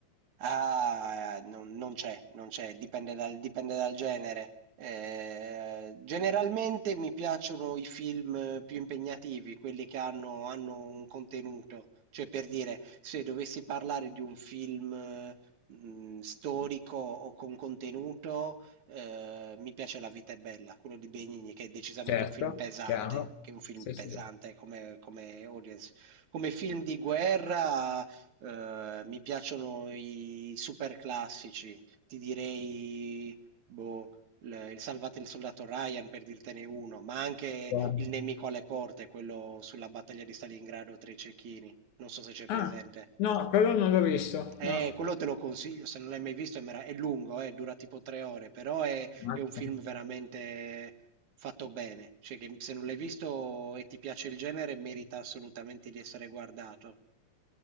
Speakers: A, on the right; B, on the left.
A: Ah, eh, non, non c'è, non c'è, dipende dal, dipende dal genere. Eh, generalmente mi piacciono i film più impegnativi, quelli che hanno, hanno un contenuto. Cioè, per dire, se dovessi parlare di un film, eh, mh, storico o con contenuto, eh, mi piace La vita è bella, quello di Benigni, che è decisamente
B: Certo,
A: un film pesante,
B: chiaro.
A: che è un film
B: Sì,
A: pesante
B: sì,
A: come, come audience. Come film di guerra eh, mi piacciono i super classici, ti direi boh, l- il Salvate il soldato Ryan per dirtene uno, ma anche
B: chiaro.
A: il nemico alle porte, quello sulla battaglia di Stalingrado tra i cecchini. Non so se c'è presente.
B: Ah, no, quello non l'ho visto,
A: Eh,
B: no.
A: quello te lo consiglio, se non l'hai mai visto è, mera- è lungo, eh, dura tipo tre ore, però è,
B: Mazza.
A: è un film veramente fatto bene. Cioè che se non l'hai visto e ti piace il genere, merita assolutamente di essere guardato.